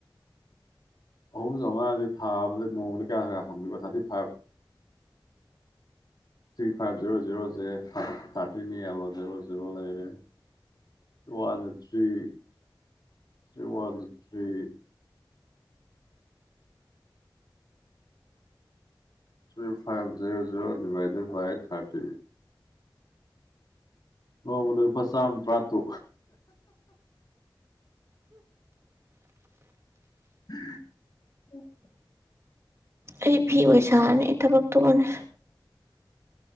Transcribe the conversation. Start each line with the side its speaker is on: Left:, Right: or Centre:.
Left: ꯑꯍꯨꯝ ꯆꯥꯝꯉꯥꯗꯤ ꯊꯥꯕꯗ ꯅꯣꯡꯃꯗ ꯀꯌꯥ ꯀꯌꯥ ꯐꯪꯗꯦꯕ thirty five three five zero ꯖꯔꯣꯁꯦ ꯊꯥꯔꯇꯤꯂꯣ ꯖꯦꯔꯣ ꯖꯔꯣ ꯂꯩꯔꯦꯔꯤ one three three one three three five zero ꯣ ꯗꯤꯚ ꯕꯥꯏ ꯊꯥꯔꯇꯤ ꯅꯃ ꯄꯝ ꯇꯔꯥ ꯇꯨ <unintelligible>
Right: ꯑꯩ ꯐꯤ ꯑꯣꯏ ꯁꯥꯔꯅꯤ ꯊꯕꯛꯇꯨ ꯑꯣꯅꯦ